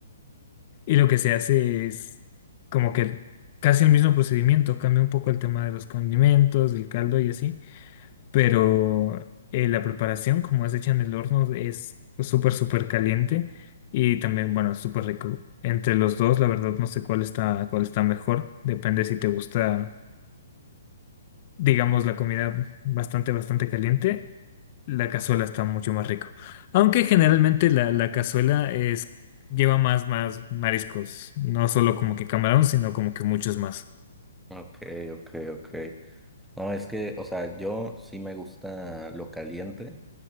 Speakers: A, on the left; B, in the centre.
A: y lo que se hace es como que casi el mismo procedimiento, cambia un poco el tema de los condimentos, del caldo y así, pero eh, la preparación, como es hecha en el horno, es súper, súper caliente y también, bueno, es súper rico. Entre los dos, la verdad, no sé cuál está, cuál está mejor. Depende si te gusta, digamos, la comida bastante, bastante caliente La cazuela está mucho más rico. Aunque generalmente la, la cazuela es, lleva más, más mariscos. No solo como que camarón, sino como que muchos más.
B: Ok, ok, ok. No, es que, o sea, yo sí me gusta lo caliente,